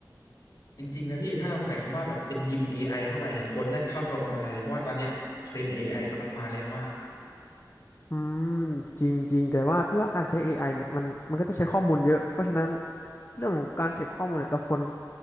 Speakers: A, on the left; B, on the left.
A: จริงๆนะพี่ถ้าเราใส่คำว่าแบบเป็นยิม AI เข้าไปเนี่ยคนน่าจะเข้าถล่มทลายเลยเพราะว่าตอนเนี้ยเทรนเอไอกำลังมาแรงมาก
B: อืมจริงๆแต่ว่าพี่ว่าการใช้เอไอเนี่ยมันมันก็ต้องใช้ข้อมูลเยอะเพราะฉะนั้นเรื่องของการเก็บข้อมูลเนี่ยเราควร